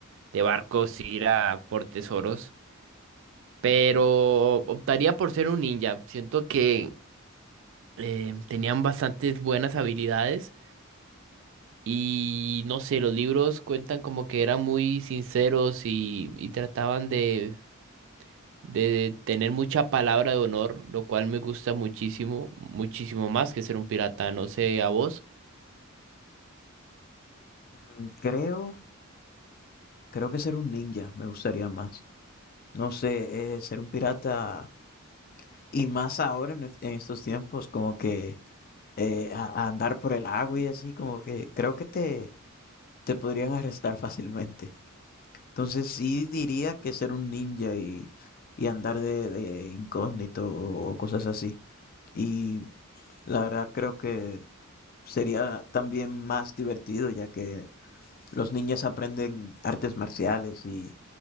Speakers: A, on the right; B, on the left.
A: de barcos, ir a por tesoros, pero optaría por ser un ninja. Siento que eh, tenían bastantes buenas habilidades y no sé, los libros cuentan como que eran muy sinceros y, y trataban de de tener mucha palabra de honor, lo cual me gusta muchísimo, muchísimo más que ser un pirata, no sé, a vos.
B: Mm, Creo, creo que ser un ninja me gustaría más. No sé, eh, ser un pirata y más ahora en, es- en estos tiempos, como que eh, a, a andar por el agua y así, como que creo que te, te podrían arrestar fácilmente. Entonces sí diría que ser un ninja y, y andar de, de incógnito o, o cosas así. Y la verdad creo que sería también más divertido, ya que los ninjas aprenden artes marciales y